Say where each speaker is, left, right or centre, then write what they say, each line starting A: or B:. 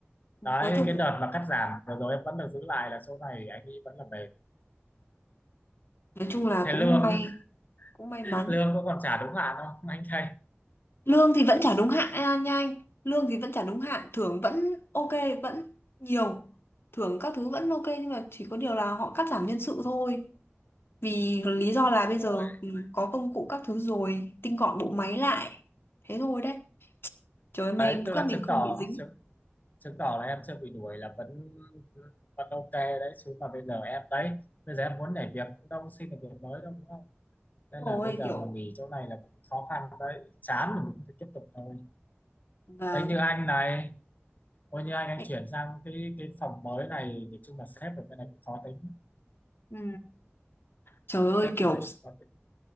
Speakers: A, on the left (about 55°); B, on the left (about 40°).
A: nói
B: Đấy,
A: chung
B: cái
A: cũng
B: đợt mà cắt giảm vừa rồi em vẫn được giữ lại là chỗ này anh ấy vẫn là bền.
A: nói chung là
B: Thế
A: cũng
B: lương,
A: may cũng may
B: <laughs>
A: mắn.
B: lương cũng còn trả đúng hạn không <laughs> anh thầy?
A: Lương thì vẫn trả đúng hạn à, nha anh. Lương thì vẫn trả đúng hạn, thưởng vẫn ok, vẫn nhiều. Thưởng các thứ vẫn ok nhưng mà chỉ có điều là họ cắt giảm nhân sự thôi. Vì lý do là
B: Ôi,
A: bây giờ ừ, có công cụ các thứ rồi, tinh gọn bộ máy lại. Thế thôi đấy Trời ơi, may
B: đấy, tức
A: quá
B: là
A: mình
B: chứng
A: không
B: tỏ
A: bị dính.
B: chứng, chứng tỏ là em chưa bị đuổi là vẫn vẫn ok đấy. Chứ mà bây giờ em đấy, bây giờ em muốn nhảy việc cũng đâu xin được việc mới đâu đúng không? Nên
A: Ôi
B: là bây giờ
A: kiểu
B: mà nghỉ chỗ này là cũng khó khăn đấy. Chán thì mình phải tiếp tục thôi.
A: vâng.
B: đấy như anh này coi như anh anh
A: Ê,
B: chuyển sang cái cái phòng mới này thì chung là sếp ở bên này cũng khó tính
A: Ừ. Trời ơi
B: sếp
A: kiểu
B: bên này cũng khó tính